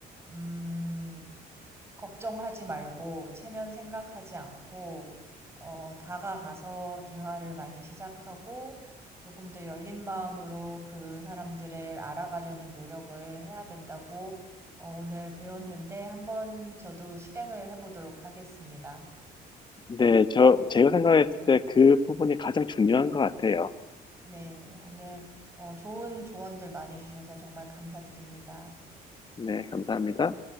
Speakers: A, on the right; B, on the left.
A: 음, 걱정하지 말고 체면 생각하지 않고 어, 다가가서 대화를 많이 시작하고 조금 더 열린 마음으로 그 사람들을 알아가려는 노력을 해야 된다고 어, 오늘 배웠는데 한번 저도 실행을 해 보도록 하겠습니다.
B: 네, 저, 제가 생각했을 때 그 부분이 가장 중요한 것 같아요.
A: 네, 오늘 어, 좋은 조언들 많이 주셔서 정말 감사드립니다.
B: 네, 감사합니다.